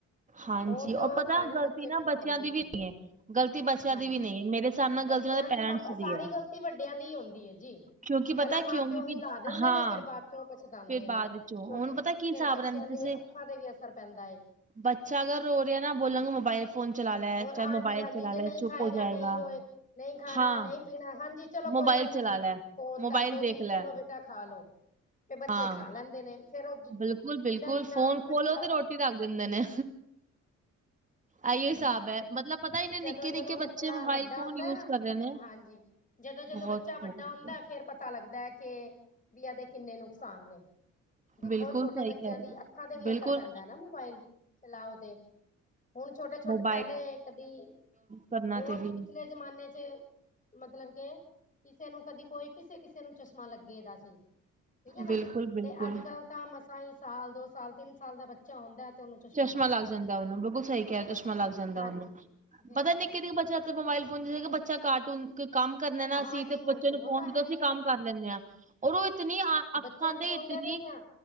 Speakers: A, on the right (about 25°); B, on the left (about 25°).
A: ਹਾਂਜੀ
B: ਫੋਨ ਦੋ
A: ਔਰ ਪਤਾ
B: ਤਾਂਹੀ
A: ਗ਼ਲਤੀ
B: ਬੱਚੇ
A: ਨਾ
B: ਕੁੱਝ
A: ਬੱਚਿਆਂ
B: ਖਾਂਦੇ
A: ਦੀ
B: ਪੀਂਦੇ
A: ਵੀ
B: ਨੇ,
A: ਗ਼ਲਤੀ ਬੱਚਿਆਂ
B: ਹਾਂਜੀ।
A: ਦੀ ਵੀ ਨਹੀਂ ਹੈ ਮੇਰੇ ਹਿਸਾਬ ਨਾਲ ਗ਼ਲਤੀ
B: ਬੱਚਿਆਂ
A: ਉਹਨਾਂ ਦੇ
B: ਨੂੰ,
A: ਪੇਰੈਂਟਸ
B: ਅਬ
A: ਦੀ
B: ਸਾਰੀ
A: ਹੈ
B: ਗ਼ਲਤੀ ਵੱਡਿਆਂ ਦੀ ਹੁੰਦੀ ਏ ਜੀ।
A: ਕਿਉਂਕਿ
B: ਪਹਿਲਾਂ
A: ਪਤਾ
B: ਮਾਂ
A: ਕਿਉਂ
B: ਪਿਓ
A: ਕਿਉਂਕਿ
B: ਹੀ ਲਾ ਦਿੰਦੇ
A: ਹਾਂ
B: ਨੇ, ਫੇਰ ਬਾਚੋਂ ਪਛਤਾਉਂਦੇ
A: ਫਿਰ ਬਾਅਦ
B: ਨੇ, ਕਿਉਂਕਿ
A: ਚੋਂ ਹੁਣ ਪਤਾ ਕੀ ਹਿਸਾਬ
B: ਫੇਰ ਬੱਚਿਆਂ
A: ਰਹਿੰਦਾ
B: ਦੇ
A: ਜੈਸੇ
B: ਅੱਖਾਂ ਤੇ ਵੀ ਅਸਰ ਪੈਂਦਾ ਏ।
A: ਬੱਚਾ ਅਗਰ ਰੋ ਰਿਹਾ ਨਾ, ਬੋਲਾਂਗੇ ਮੋਬਾਈਲ ਫੋਨ ਚਲਾ ਲੈ
B: ਬ
A: ਚਾਹੇ
B: ਹਾਂਜੀ
A: ਮੋਬਾਈਲ
B: ਹਾਂਜੀ
A: ਚਲਾ
B: ਜੇ ਨਹੀਂ
A: ਲੈ, ਚੁੱਪ
B: ਖਾਏਗਾ
A: ਹੋ ਜਾਏਗਾ।
B: ਨਹੀਂ ਰੋਏ ਨਹੀਂ ਖਾਣਾ
A: ਹਾਂ
B: ਨਹੀਂ ਪੀਣਾ ਹਾਂਜੀ ਚਲੋ
A: ਮੋਬਾਇਲ
B: ਕੋਈ ਗੱਲ ਨੀ
A: ਚਲਾ
B: ਜੀ,
A: ਲੈ
B: ਫੋਨ
A: ਮੋਬਾਇਲ
B: ਕਰਦੋ
A: ਦੇਖ
B: ਜੀ,
A: ਲੈ
B: ਚਲੋ ਚੀਜ਼ਾਂ ਖਾ ਲਓ, ਤੇ ਬੱਚੇ
A: ਹਾਂ
B: ਖਾ ਲੈਂਦੇ ਨੇ। ਫੇਰ ਉਹ
A: ਬਿਲਕੁਲ-ਬਿਲਕੁਲ
B: ਜਿੱਦਾਂ ਜਿੱਦਾਂ
A: ਫੋਨ ਖੋਲੋ
B: ਬੱਚਾ
A: ਤੇ ਰੋਟੀ ਰੱਖ ਦਿੰਦੇ ਨੇ। ਆਇਓ ਹਿਸਾਬ ਐ, ਮਤਲਬ ਪਤਾ ਨਹੀਂ
B: ਜਦੋਂ
A: ਨਿੱਕੇ-ਨਿੱਕੇ
B: ਜਦੋਂ ਬੱਚਾ
A: ਬੱਚੇ ਮੋਬਾਇਲ
B: ਵੱਡਾ
A: ਫੋਨ
B: ਹੁੰਦਾ
A: ਯੂਜ
B: ਨਾ
A: ਕਰ ਰਹੇ ਨੇ।
B: ਹਾਂਜੀ ਜਦੋਂ ਜਦੋਂ
A: ਬਹੁਤ
B: ਬੱਚਾ ਵੱਡਾ
A: ਸਾਰੀ ਚੀਜ਼ਾਂ
B: ਹੁੰਦੈ ਫੇਰ ਪਤਾ ਲੱਗਦੈ ਕਿ, ਵੀ ਇਹਦੇ ਕਿੰਨੇ ਨੁਕਸਾਨ ਨੇ। ਦੇਖੋ
A: ਬਿਲਕੁਲ
B: ਛੋਟੇ
A: ਸਹੀ
B: ਬੱਚਿਆਂ
A: ਕਹਿ ਰਹੇ
B: ਦੀ
A: ਹੋ
B: ਅੱਖਾਂ ਤੇ ਵੀ
A: ਬਿਲਕੁਲ
B: ਅਸਰ ਪੈਂਦੈ ਨਾ, ਮੋਬਾਇਲ ਚਲਾਓ ਤੇ, ਹੁਣ ਛੋਟੇ-ਛੋਟੇ
A: ਮੋਬਾਈਲ
B: ਪਹਿਲੇ ਕਦੀ,
A: ਕਰਨਾ
B: ਬੋਤ
A: ਤੇ ਵੀ
B: ਪਿਛਲੇ ਜ਼ਮਾਨੇ ਚ ਮਤਲਬ ਕੇ, ਕਿਸੇ ਨੂੰ ਕਦੀ ਕੋਈ ਕਿਸੇ-ਕਿਸੇ ਨੂੰ ਚਸ਼ਮਾ ਲੱਗੇ ਦਾ ਸੀ। ਠੀਕ ਹੈ ਨਾ,
A: ਬਿਲਕੁਲ ਬਿਲਕੁਲ
B: ਤੇ ਅੱਜ ਕੱਲ ਤਾਂ ਮਸਾਈਂ ਸਾਲ ਦੋ ਸਾਲ ਤਿੰਨ ਸਾਲ ਦਾ ਬੱਚਾ ਹੁੰਂਦੈ, ਤੇ ਉਹਨੂੰ ਚਸ਼
A: ਚਸ਼ਮਾ ਲੱਗ ਜਾਂਦਾ ਓਨੂੰ ਬਿਲਕੁਲ ਸਹੀ ਕਿਹਾ ਚਸ਼ਮਾ ਲੱਗ ਜਾਂਦਾ
B: ਹਾਂਜੀ
A: ਓਨੂੰ,
B: ਫੇਰ
A: ਪਤਾ
B: ਆ ਦੇਖੋ
A: ਨਿੱਕੇ ਨਿੱ ਬੱਚਾ ਮੋਬਾਇਲ ਫੋਨ ਚ ਸੀਗਾ ਬੱਚਾ ਕਾਰਟੂਨ ਕੋਈ ਕੰਮ ਕਰਨੈ ਨਾ ਅਸੀਂ
B: ਹਾਂਜੀ
A: ਤੇ ਬੱਚੇ
B: ਹਾਂਜੀ ਉਹ
A: ਨੂੰ ਫੋਨ
B: ਤਾਂ
A: ਦਦ
B: ਹੈ
A: ਅਸੀਂ
B: ਹੀ ਹੈ
A: ਕੰਮ ਕਰ ਲੈਂਦੇ ਆਂ, ਔਰ ਉਹ ਇਤਨੀ ਅੱਖਾਂ
B: ਬਚਿਆਂ ਨੂੰ ਫੋਨ
A: ਤੇ ਇਤਨੀ
B: ਦੇ ਦਿੰਨੇ ਆਂ।